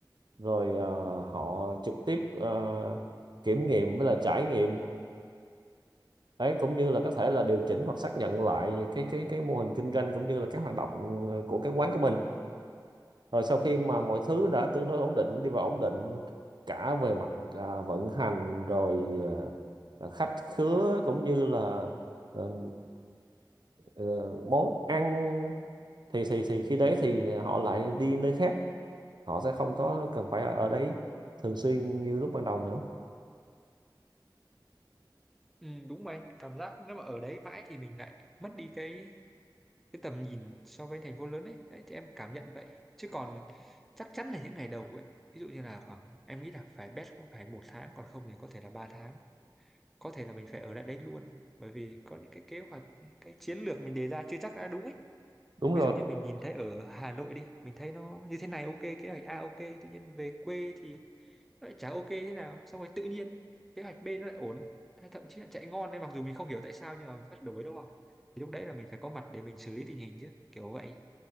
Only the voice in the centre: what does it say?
ừ, đúng rồi anh cảm giác nếu mà ở đấy mãi thì mình lại mất đi cái cái tầm nhìn so với thành phố lớn ấy đấy thì em cảm nhận vậy chứ còn chắc chắn là những ngày đầu ấy ví dụ như là khoảng em nghĩ là phải best cũng phải một tháng còn không thì có thể là ba tháng có thể là mình phải ở lại đấy luôn bởi vì có những cái kế hoạch những cái chiến lược mình đề ra chưa chắc đã đúng ấy
ví
dụ như mình nhìn thấy ở Hà Nội đi mình thấy nó như thế này ok kế hoạch A ok tự nhiên về quê thì nó lại chả ok thế nào xong rồi tự nhiên kế hoạch B nó lại ổn hay thậm chí là chạy ngon nên mặc dù mình không hiểu tại sao nhưng mà mình bắt đổi đúng không thì lúc đấy là mình phải có mặt để mình xử lý tình hình chứ kiểu vậy